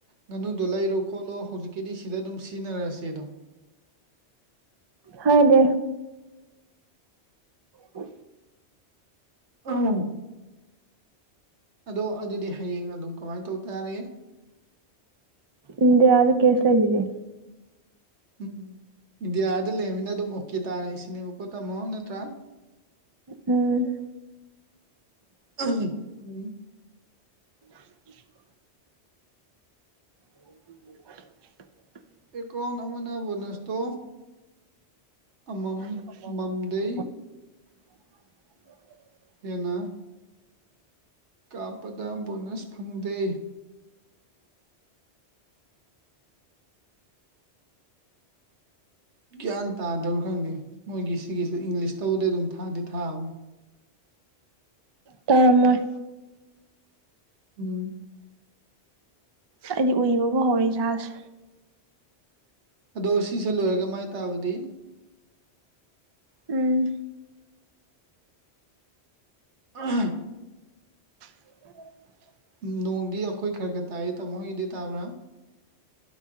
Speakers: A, on the right; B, on the right.
A: ꯉꯥꯅꯨꯗꯣ ꯂꯩꯔꯣ ꯈꯣꯠꯂꯣ ꯍꯧꯖꯤꯛꯀꯤꯗꯤ ꯁꯤꯗ ꯑꯗꯨꯝ ꯁꯤꯖꯤꯟꯅꯔꯁꯦ ꯑꯗꯣ
B: ꯍꯥꯏꯗꯦ ꯎ
A: ꯑ ꯑꯗꯣ ꯑꯗꯨꯗꯤ ꯍꯌꯦꯡ ꯑꯗꯨꯝ ꯀꯃꯥꯏꯅ ꯇꯧꯇꯥꯔꯦ
B: ꯏ ꯌꯥꯎꯗꯣ ꯀꯦꯁꯂ ꯂꯩꯗꯦ
A: ꯎꯝ ꯏꯟꯗꯤꯌꯥꯗ ꯂꯩꯔꯃꯤꯅ ꯑꯗꯨꯝ ꯑꯣꯀꯦ ꯇꯥꯔꯦ ꯁꯤꯅꯦꯕꯀꯣ ꯇꯥꯝꯃꯣ ꯅꯠꯇ꯭ꯔꯥ
B: ꯎꯝ
A: ꯎꯝ
B: ꯎꯝ ꯎ ꯎ
A: ꯑꯦꯀꯥꯎꯟ ꯑꯃꯅ ꯕꯣꯅꯁꯇꯣ ꯑꯃꯝ
B: <inaudible>
A: ꯃꯝꯗꯩ ꯍꯅ ꯀꯥꯞꯄꯗ ꯕꯣꯅꯁ ꯐꯪꯗꯦ ꯒ꯭ꯌꯥꯟ ꯇꯥꯗꯕ꯭ꯔꯥ ꯈꯪꯗꯦ ꯃꯣꯏꯒꯤ ꯁꯤꯒꯤꯁꯤ ꯏꯪꯂꯤꯁꯇꯧꯕꯕꯨꯗꯤ ꯑꯗꯨꯝ ꯊꯥꯗꯤ ꯊꯥꯕꯅꯤ
B: ꯇꯔꯝꯃꯣꯏ
A: ꯎꯝ
B: ꯑꯩꯗꯤ ꯎꯏꯕꯕꯨ ꯍꯧꯎꯔꯦ ꯏꯁꯥꯁꯦ
A: ꯑꯗꯣ ꯁꯤꯁꯦ ꯂꯣꯏꯔꯒ ꯃꯥꯏ ꯇꯥꯕꯗꯤ
B: ꯎꯝ
A: ꯎꯝ
B: ꯎ
A: ꯅꯣꯡꯗꯤ ꯑꯩꯈꯣꯏ ꯈꯔ ꯈꯔ ꯇꯥꯏꯌꯦ ꯇꯥꯃꯣ ꯍꯪꯒꯤꯗꯤ ꯇꯥꯕ꯭ꯔꯥ